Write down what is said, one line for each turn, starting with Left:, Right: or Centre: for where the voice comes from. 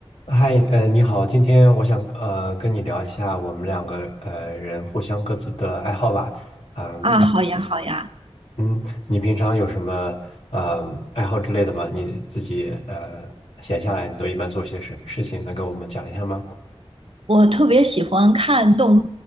Left: 嗨，呃，你好，今天我想呃跟你聊一下我们两个呃人互相各自的爱好吧。嗯，
Right: 啊，
Left: 你
Right: 好呀，好呀，
Left: 嗯，你平常有什么呃爱好之类的吗？你自己呃闲下来，你都一般做些什么事情？能跟我们讲一下吗？
Right: 我特别喜欢看动